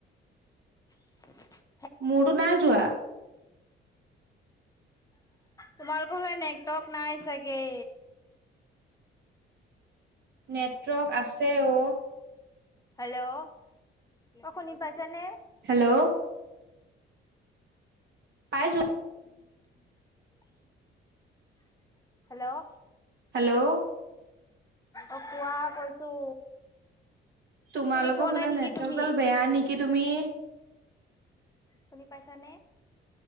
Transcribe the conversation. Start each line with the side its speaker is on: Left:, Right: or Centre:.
Left: <inaudible>
Right: মোৰো না যোৱা।
Left: তোমালোকৰ ফালে নেকটক নাই চাগে।
Right: নেটৱৰ্ক আছে অ
Left: হেল্ল' ক শুনি পাইছ? যেনে
Right: হেল্ল' পাইছো
Left: <inaudible> হেল্ল',
Right: হেল্ল'
Left: অ কোৱা কৈছো।
Right: তোমালোকৰ
Left: শুনি পোৱা
Right: ফালে
Left: নাই নেকি
Right: নেট
Left: তুমি
Right: গাল বেয়া নেকি তুমি?
Left: শুনি পাইছানে?